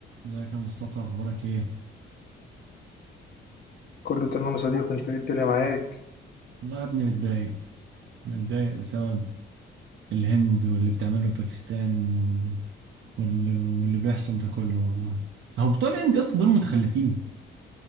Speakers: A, on the right; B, on the left.
A: ازيك يا مصطفى اخبارك ايه؟
B: كله تمام يا صديقي انت ايه الدنيا معاك
A: والله يا ابني متضايق متضايق بسبب الهند واللي بتعمله باكستان واللي, واللي بيحصل ده كله والله هو بتوع الهند يا اسطى دول متخلفين